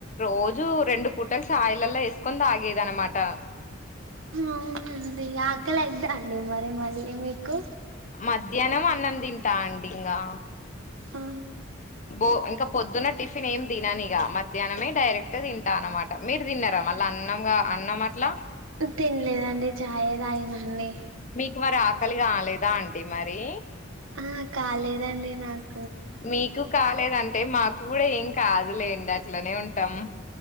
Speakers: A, on the left; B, on the right.
A: రోజు రెండు పూటలు సైలల్లా ఏసుకొని తాగేది అనమాట
B: అవునండి ఆకలైద అండి మరి మళ్ళీ మీకు
A: మధ్యాహ్నం అన్నం తింటా అండి ఇగా
B: ఆ
A: బో ఇంకా పొద్దున్న టిఫిన్ ఏమి తినను ఇగా మధ్యాహ్నమే డైరెక్ట్ తింటా అన్నమాట మీరు తిన్నారా మళ్ళీ అన్నంగా అన్నం అట్లా
B: తినలేదండి ఛాయే తాగినండి
A: నీకు మరి ఆకలిగా లేదా అండి మరి
B: ఆ కాలేదండి నాక్
A: మీకు కాలేదంటే మాకు కూడా ఏం కాదులేండి అట్లనే ఉంటాం